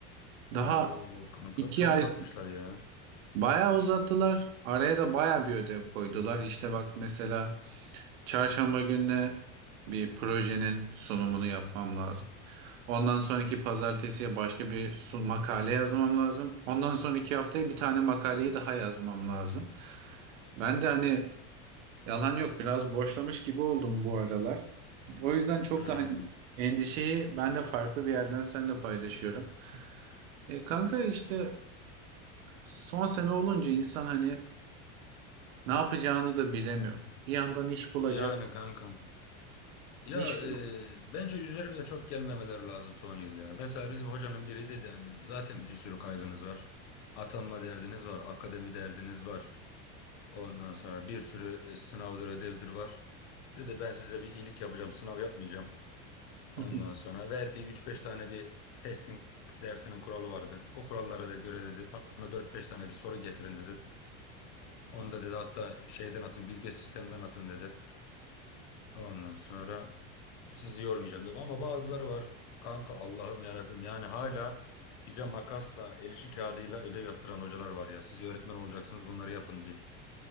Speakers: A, on the right; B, on the left.
A: Daha
B: Oo kanka
A: iki
B: çok
A: ay
B: uzatmışlar ya.
A: bayağı uzattılar. Araya da bayağı bir ödev koydular. İşte bak mesela çarşamba gününe bir projenin sunumunu yapmam lazım. Ondan sonraki pazartesiye başka bir sun makale yazmam lazım. Ondan sonraki haftaya bir tane makaleyi daha yazmam lazım. Ben de hani Yalan yok biraz boşlamış gibi oldum bu aralar. O yüzden çok
B: Hmm.
A: da hani endişeyi ben de farklı bir yerden seninle paylaşıyorum. E, kanka işte son sene olunca insan hani ne yapacağını da bilemiyor. Bir yandan iş bulacak,
B: Yani kankam. Ya
A: iş
B: e, bence üzerimize çok gelmemeleri lazım son yıl ya. Mesela bizim hocanın biri dedi hani zaten bir sürü kaygınız var. Atanma derdiniz var, akademi derdiniz var. Ondan sonra bir sürü e, sınavdır, ödevdir var. Dedi ben size bir iyilik yapacağım, sınav yapmayacağım.
A: <laughs>
B: Ondan sonra verdiği üç beş tane bir testing dersinin kuralı vardı. O kurallara da göre dedi bana dört beş tane bir soru getirin dedi. Onu da dedi hatta şeyden atın, bilge sistemden atın dedi. Ondan sonra sizi yormayacağım dedim ama bazıları var. Kanka Allah'ım ya Rabbim yani hala bize makasla, el işi kağıdıyla ödev yaptıran hocalar var ya. Siz öğretmen olacaksınız bunları yapın diye.